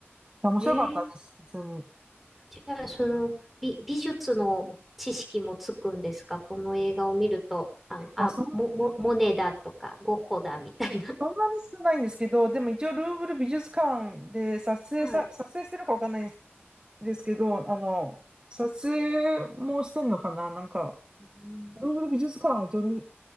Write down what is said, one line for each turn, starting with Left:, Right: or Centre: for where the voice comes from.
Right: いや面白かったです、
Centre: えー
Right: 普通に。い
Centre: じゃあ、その美、美術の知識もつくんですかこの映画を見ると、あ、あ、
Right: や、そん、
Centre: モ、モ、モネだとか、ゴッホだみたいな。
Right: そんなに少ないんですけど、でも一応ルーブル美術館で撮影さ、
Centre: <laughs> はい。
Right: 撮影してるかわかんないんですですけど、あの、撮影もしてんのかななんか、
Centre: うん。
Right: ルーブル美術館は一応見